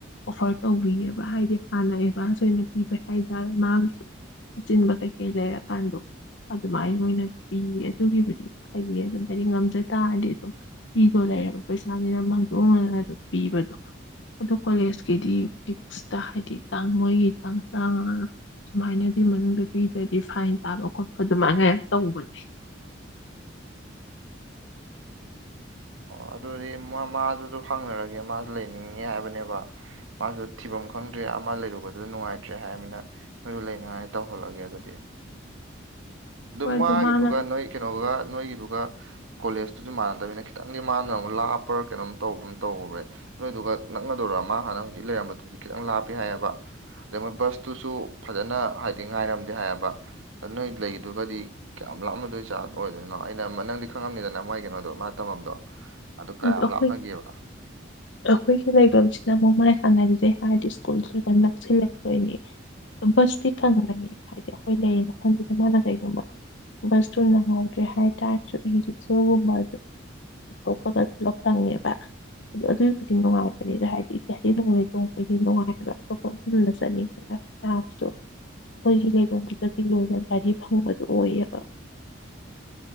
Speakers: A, on the left; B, on the right.
A: ꯑꯣꯐꯔ ꯇꯧꯕꯤꯑꯕ ꯍꯥꯏꯗꯤ ꯍꯥꯟꯅ ꯑꯦꯗꯚꯥꯟꯁ ꯑꯣꯏꯅ ꯄꯤꯕ ꯍꯥꯏꯇꯥꯔꯦ ꯃꯥꯒꯤꯁꯨ ꯑꯆꯤꯟꯕ ꯀꯩꯀꯩ ꯂꯩꯔꯀꯥꯟꯗꯣ ꯑꯗꯨꯃꯥꯏꯅ ꯃꯣꯏꯅ ꯄꯤꯌꯦ ꯑꯗꯨꯒꯤꯕꯨꯗꯤ ꯐꯌꯦ ꯑꯗꯨꯝ ꯍꯥꯏꯗꯤ ꯉꯝꯖ ꯇꯥꯔꯗꯤ ꯑꯗꯨꯝ ꯄꯤꯗꯣ ꯂꯩꯕ ꯄꯩꯁꯥꯅꯤꯅ ꯃꯥꯡꯗꯣꯛꯅꯗꯅ ꯑꯗꯨꯝ ꯄꯤꯕꯗꯣ ꯑꯗꯨ ꯀꯣꯂꯦꯖꯀꯤꯗꯤꯤꯁꯇ ꯍꯥꯏꯗꯤ ꯇꯥꯡ ꯃꯣꯏꯒꯤ ꯇꯥꯡ ꯇꯔꯥꯃꯉꯥ ꯁꯨꯃꯥꯏꯅꯗꯤ ꯃꯅꯨꯡꯗ ꯄꯤꯗ꯭ꯔꯗꯤ ꯐꯥꯏꯟ ꯇꯥꯕ ꯈꯣꯠꯄ ꯑꯗꯨꯃꯥꯏꯅ ꯇꯧꯕꯅꯦ
B: ꯑꯣ ꯑꯗꯨꯗꯤ ꯃꯥꯗꯨꯗꯣ ꯐꯪꯅꯔꯒꯦ ꯃꯥꯁꯨ ꯂꯩꯅꯤꯡꯉꯦ ꯍꯥꯏꯕꯅꯦꯕ ꯃꯥꯁꯨ ꯊꯤꯐꯝ ꯈꯪꯗ꯭ꯔꯦ ꯑꯃ ꯂꯩꯔꯨꯕꯗꯨꯗ ꯅꯨꯡꯉꯥꯏꯇ꯭ꯔꯦ ꯍꯥꯏꯔꯃꯤꯅ ꯃꯣꯏꯗꯨ ꯂꯩꯅꯤꯉꯥꯏꯅ ꯇꯧꯍꯜꯂꯒꯦ ꯑꯗꯨꯗꯤ ꯑꯗꯨ
A: ꯍꯣꯏ
B: ꯃꯥꯒꯤꯗꯨꯒ
A: ꯃꯥꯅ
B: ꯅꯣꯏ ꯀꯩꯅꯣꯒ ꯅꯣꯏꯒꯤꯗꯨꯒ ꯀꯣꯂꯦꯖꯇꯨꯗꯤ ꯃꯥꯟꯅꯗꯕꯅꯤꯅ ꯈꯤꯇꯪꯗꯤ ꯃꯥꯟꯅꯅꯕꯅꯨꯛ ꯂꯥꯞꯄꯔꯒ ꯀꯩꯅꯣꯝ ꯇꯧꯕ ꯑꯃ ꯇꯧ꯭ꯔꯦ ꯅꯣꯏꯗꯨꯒ ꯅꯛꯅꯗꯧꯔꯣ ꯑꯃ ꯍꯥꯟꯅ ꯍꯧꯖꯤꯛ ꯂꯩꯔꯝꯕꯗꯨꯗꯤ ꯈꯤꯇꯪ ꯂꯥꯞꯄꯦ ꯍꯥꯏꯌꯦꯕ ꯑꯗꯩ ꯃꯣꯏ ꯕꯁꯇꯨꯁꯨ ꯐꯖꯅ ꯍꯥꯏꯗꯤ ꯉꯥꯏꯔꯝꯗꯦ ꯍꯥꯏꯌꯦꯕ ꯅꯣꯏ ꯂꯩꯗꯨꯒꯗꯤ ꯀꯌꯥꯝ ꯂꯥꯞꯃꯗꯣꯏ ꯆꯥꯔ ꯑꯣꯏꯗꯣꯏꯅꯣ ꯑꯩꯅ ꯅꯪꯗꯤ ꯈꯪꯉꯝꯅꯤꯗꯅ ꯅ ꯃꯥꯏ ꯀꯩꯅꯣꯗꯣ ꯃꯥ ꯇꯝꯃꯝꯗꯣ ꯑꯗꯨ ꯀꯌꯥꯝ
A: ꯑꯩꯈꯣꯏ
B: ꯂꯥꯞꯅꯒꯦꯕ
A: ꯑꯩꯈꯣꯏꯒꯤ ꯂꯩꯐꯝꯁꯤꯅ ꯃꯣꯡꯃꯥꯏ ꯍꯥꯟꯅꯗꯨꯗꯩ ꯍꯥꯏꯔꯗꯤ ꯁ꯭ꯀꯨꯜꯁꯨ ꯑꯩꯈꯣꯏ ꯅꯛꯁꯤꯜꯂꯛꯇꯣꯏꯅꯤ ꯕꯁꯇꯤ ꯈꯪꯉꯅꯤ ꯍꯥꯏꯗꯤ ꯑꯩꯈꯣꯏ ꯂꯩꯔꯤꯕ ꯃꯐꯝꯁꯤꯗ ꯃꯥꯅ ꯀꯩꯒꯣꯕ ꯁꯁꯨ ꯅꯪꯧꯗ꯭ꯔꯤ ꯍꯥꯏ ꯇꯥꯏꯁꯨ ꯏꯔꯤ ꯁꯣ ꯃ ꯣꯄꯒꯠ ꯂ ꯇꯪꯦꯕ ꯑꯗꯣ ꯑꯗꯨꯒꯤ ꯈꯨꯗꯤꯡ ꯅꯨꯡꯉꯥꯏꯕꯅꯤꯗ ꯍꯥꯏꯗꯤꯗꯤ ꯅꯣꯡꯣꯡꯗꯤ ꯅꯨꯡꯉꯥꯏꯕ ꯑꯇꯣꯞꯄ ꯃꯐꯝꯗ ꯆꯠꯅꯤ ꯑꯩꯈꯣꯏꯒꯤ ꯂꯩꯐꯝꯗꯨꯗꯤ ꯂꯣꯏꯅ ꯒꯥꯔꯤ ꯐꯪꯕꯗꯨ ꯑꯣꯏꯌꯦꯕ